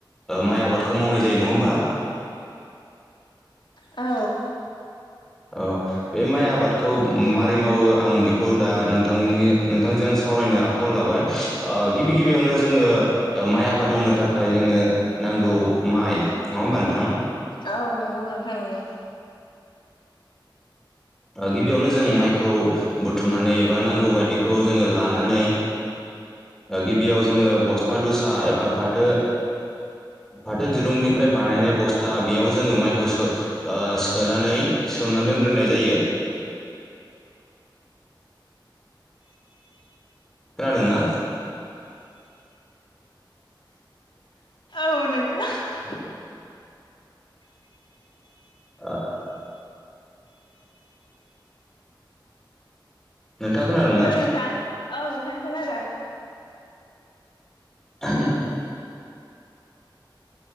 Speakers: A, in the centre; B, on the left.
A: माइ आबादखौ मावनाय जायो नङा होनबा?
B: औ।
A: औ बे माइ आबादखौ मा -रै मावो आं बेखौ दा नोंथांजों सावरायनो आखायाव लाबाय गिबि -गिबियावनो जोङो माइ आबाद मावनो थाखाय जोंनो नांगौ माइ नङा होमबा नोंथां?
B: औ नंगौ नोथां नांगौ।
A: गिबियावनो जों माइखौ बुथुमनानै एबा नांगौ बायदिखौ जोङो लानानै गिबियाव जोङो बस्था दसा एबा फाथो फाथो दिरुंनिफ्राय बानायनाय बस्था बेयाव जोङो माइखौ सोनानै सोमनानै दोन ग्रोनाय जायो। खोनादोंना?
B: औ नोंथां।
A: ओ नोंथाङा खोनादों
B: हेलौ
A: ना?
B: नोंथां औ नोंथां खोनादों।
A: औ।